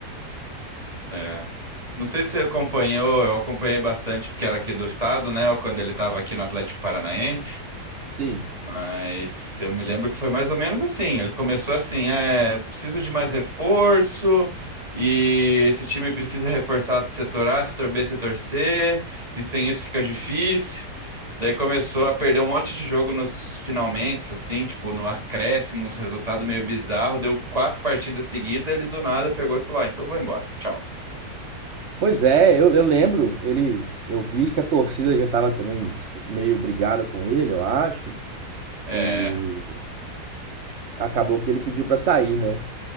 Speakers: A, on the right; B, on the right.
A: É. Não sei se você acompanhou, eu acompanhei bastante porque era aqui do estado, né? Quando ele estava aqui no Atlético Paranaense.
B: Sim.
A: Mas eu me lembro que foi mais ou menos assim. Ele começou assim, é, preciso de mais reforço e esse time precisa reforçar setor A, setor B, setor C, e sem isso fica difícil. Daí começou a perder um monte de jogo nos finalmente, assim, tipo, no acréscimo, uns resultado meio bizarro. Deu quatro partidas seguidas, ele do nada pegou e falou: ah, então eu vou embora, tchau.
B: Pois é, eu, eu lembro, ele, eu vi que a torcida já tava também meio brigada com ele, eu acho.
A: É,
B: E acabou que ele pediu pra sair, né?